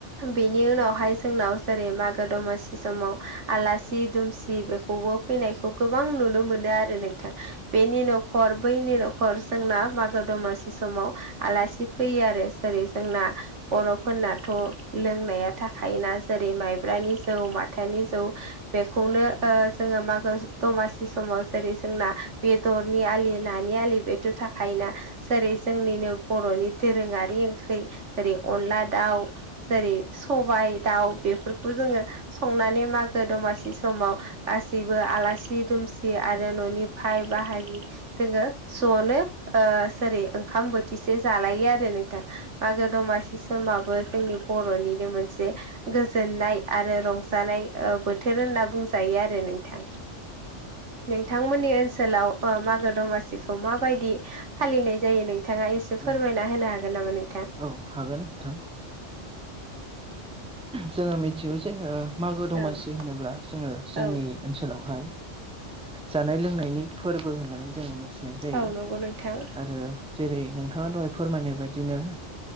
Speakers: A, on the right; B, in the centre.
A: बेनि उनावहाय जोंनाव जेरै मागो दमासि समाव आलासि दुमसि बेखौबो फैनायखौ गोबां नुनो मोनो आरो नोंथां बेनि न खर बैनि नखर जोंना मागो दमासि समाव आलासि फैयो आरो जेरै जोंना बर'फोरनाथ' लोंनाया थाखायोना जेरै माइब्रानि जौ माथानि जौ बेखौनो जोङो मागो दमासि समाव जेरै जोंना बेदरनि आलि नानि आलि बे थ' थाखायोना जेरै जोंनिनो बर'नि दोरोङारि ओंख्रि जेरै अनला दाउ जेरै सबाय दाउ बेफोरखौ जोङो संनानै मागो दमासि समाव गासैबो आलासि दुमसि आरो न'नि फाय बाहागि जोङो जनो सेरै ओंखाम बोथिसे जालायो आरो नों थां मागो दमासि समाबो जोंनि बर'निनो मोनसे गोजोननाय आरो रंजानाय बोथोर होनना बुंजायो आरो नोंथां नोंथांमोननि ओनसोलाव मागो दमासिखौ माबायदि फालिनाय जायो नोंथाङा एसे
B: औ
A: फोरमायना होनो हागोन नामा नों
B: औ हागोन नोंथां जोङो मिथिगौ जे मागो दमासि
A: औ
B: होनोब्ला जोङो जोंनि
A: औ
B: ओनसोलावहाय जानाय लोंनायनि फोरबो होननानै जोङो मिथि नाय जायो
A: औ नंगौ नोंथां
B: आरो जेरै नोंथाङा दहाय फोरमायनाय बायदिनो